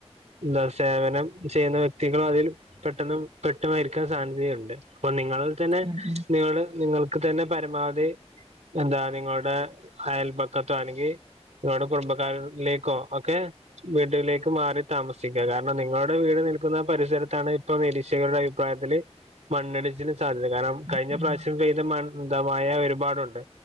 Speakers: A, on the right; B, on the right.
A: എന്താ സേവനം ചെയ്യുന്ന വ്യക്തികൾ അതിൽ പെട്ടെന്ന് പെട്ടുമരിക്കാൻ സാധ്യതയുണ്ട് അപ്പൊ നിങ്ങൾ തന്നെ
B: ഉം ഉം ഉം
A: നിങ്ങള് നിങ്ങൾക്ക് തന്നെ പരമാവധി എന്താ നിങ്ങളുടെ അയൽപക്കത്തോ അല്ലെങ്കി നിങ്ങളുടെ കുടുംബക്കാരു ലേക്കോ ഒക്കെ വീട്ടിലേക്ക് മാറി താമസിക കാരണം നിങ്ങളുടെ വീട് നിൽക്കുന്ന പരിസരത്താണ് ഇപ്പൊ നിരീക്ഷകരുടെ അഭിപ്രായത്തില് മണ്ണിടിച്ചില് കാരണം
B: ഉം
A: കഴിഞ്ഞ
B: ഉം
A: പ്രാവശ്യം പെയ്ത മണ്ണ് ന്താ മഴ ഒരുപാടുണ്ട്